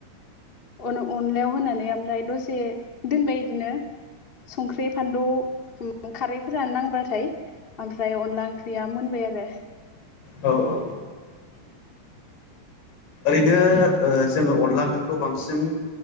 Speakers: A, on the left; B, on the left.
A: अन अनलायाव होनानै आमफ्राय दसे दोनबाय बिदिनो संख्रि फानलु खारैफोरानो नांबाथाय ओमफ्राय अनला ओंख्रिया मोनबाय आरो।
B: औ औ ओरैनो जोङो ओ अनला ओंख्रिखौ बांसिन